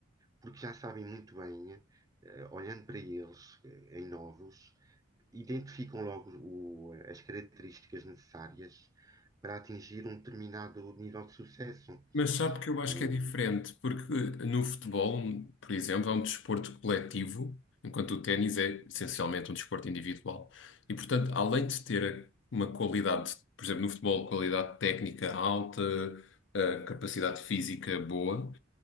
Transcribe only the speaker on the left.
Mas sabe que eu acho
que é diferente, porque eh, no futebol, por exemplo, é um desporto coletivo, enquanto o ténis é essencialmente um desporto individual. E, portanto, além de ter uma qualidade, por exemplo, no futebol, qualidade técnica alta, eh, capacidade física boa,